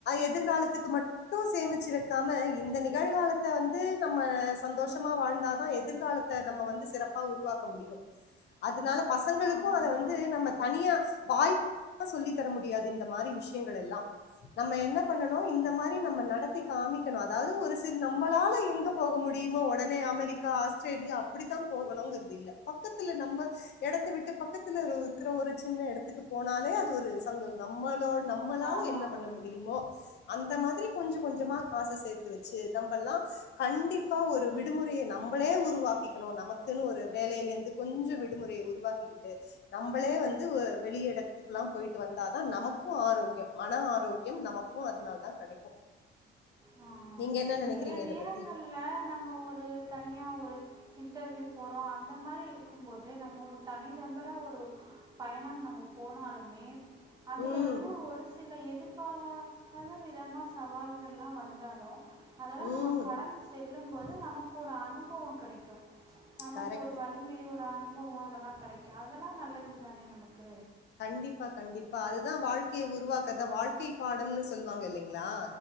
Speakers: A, on the left (about 60°); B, on the right (about 20°).
A: எதிர்காலத்துக்கு மட்டும் சேமிச்சு வைக்காம இந்த நிகழ்காலத்த வந்து நம்ம சந்தோஷமா வாழ்ந்தாதான் எதிர்காலத்தை நம்ம வந்து சிறப்பா உருவாக்க முடியும் அதுனால பசங்களுக்கும்
B: ஆமாம் ஆமாம்
A: அதை வந்து
B: ஆமாம்
A: நம்ம தனியா வாய்ப்ப சொல்லி தர முடியாது இந்த மாரி விஷயங்கள் எல்லாம் நம்ம என்ன பண்ணணும் இந்த மாரி நம்ம நடத்தி காமிக்கணும் அதாவது ஒரு சிறு நம்மளால எங்க போக முடியுமோ உடனே அமெரிக்கா ஆஸ்திரேலியா அப்படித்தான் போகணுங்கற்து இல்ல பக்கத்துல நம்ம இடத்த விட்டு பக்கத்துல இருக்குற ஒரு சின்ன இடத்துக்கு போனாலே அது ஒரு சந்தோஷம் நம்மளோட நம்மளால
B: ஆமாம் ஆமாம்
A: என்ன பண்ண முடியுமோ அந்த மாதிரி கொஞ்சம் கொஞ்சமா காசு சேர்த்து வச்சு நம்பலாம் கண்டிப்பா ஒரு விடுமுறையை நம்பளே உருவாக்கிக்கணும் நமக்குன்னு ஒரு வேலேலிருந்து கொஞ்சம் விடுமுறையை உருவாக்கிக்கிட்டு நம்பளே வந்து வெளிியிடத்துக்குலாம் போயிட்டு வந்தாதான் நமக்கும் ஆரோக்கியம் மன ஆ ஆரோக்கியம் நமக்கும் அதுனால தான் கிடைக்கும்
B: ஆ.
A: நீங்க என்ன நினைக்கிறீங்க
B: சில
A: இத
B: நேரங்கள்ள
A: பத்தி
B: நம்ம ஒரு தனியா ஒரு இன்டர்வியூ போறோம் அந்த மாதிரி இருக்கும்போது நம்ம ஒரு தனி நம்பரா ஒரு பயணம் நம்ம போனாலுமே அதுல
A: ம்
B: வந்து ஒரு சில எதிர். ப பலவிதம சவால்கள்லாம் வந்தாலும். அதல்லா
A: ம்
B: நம கடந்து செ. சொல்லும்போது நமக்கு ஒரு அனுபவம் கேடைக்கும் நமக்கு
A: கரெக்ட்
B: ஒரு வலிமை. அனுபவம் அதெல்லா கெடிக்கும் அதெல்லா நல்லது தானே நமக்கு
A: கண்டிப்பா.. கண்டிப்பா.. அதுத வாழ்க்கையை உருவாக்கதா வாழ்க்கை பாடம்னு சொல்லுவாங்க இல்லைங்களா